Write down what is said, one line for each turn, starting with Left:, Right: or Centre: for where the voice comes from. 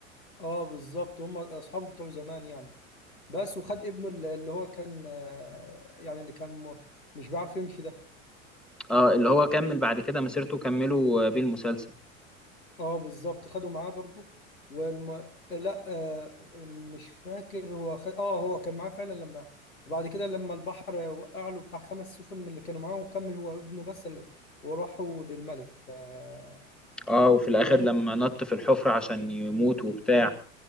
Left: اه بالظبط هم اصحابه بتوع زمان يعني بس وخد ابنه اللي اللي هو كان آه، يعني اللي كان م- مش بيعرف يمشي ده
Centre: اه اللي هو كمل بعد كده مسيرته كملوا آه، بيه المسلسل
Left: اه بالظبط خدوا معاه برضو والم... لا آه مش فاكر هو خد... اه هو كان معاه فعلا لما وبعد كده لما البحر وقع له بتاع خمس سفن من اللي كانوا معاه وكمل هو ابنه بس اللي... وراحوا للملك فالمهم
Centre: اه وفي الاخر
Left: ال-
Centre: لما نط في الحفرة عشان يموت وبتاع